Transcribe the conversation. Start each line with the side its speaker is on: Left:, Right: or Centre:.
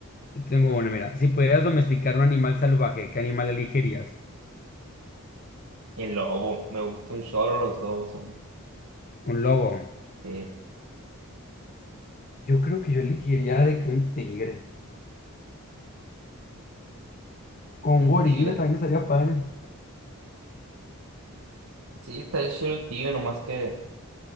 Left: yo tengo uno, mira, si pudieras domesticar un animal salvaje, ¿qué animal elegirías?
Right: Y el lobo, me gusta un chorro los lobos, a mí.
Left: Un lobo.
Right: Sí.
Left: Yo creo que yo elegiría de que un tigre. Con un
Right: El
Left: gorila
Right: tigre.
Left: también estaría padre.
Right: Sí, está el chido el tigre, nomás que